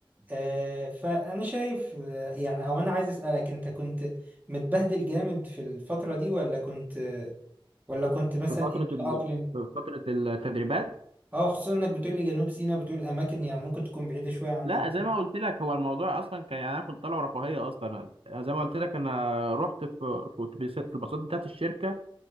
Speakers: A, on the right; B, on the right.
A: آه، فأنا شايف آه، يعني أو أنا عايز أسألك أنت كنت متبهدل جامد في الفترة دي ولا كنت ولا كنت مثلا
B: في فترة
A: إيه متأقلم؟
B: ال... في فترة التدريبات
A: أه خصوصا إنك بتقول لي جنوب سيناء بتقول أماكن يعني ممكن تكون بعيدة شوية عن
B: لا
A: ال...
B: زي ما قلت لك هو الموضوع اصلا كان يعني انا كنت طالع رفاهية اصلا زي ما قلت لك انا رحت في في أتوبيس- في الباصات بتاعت الشركة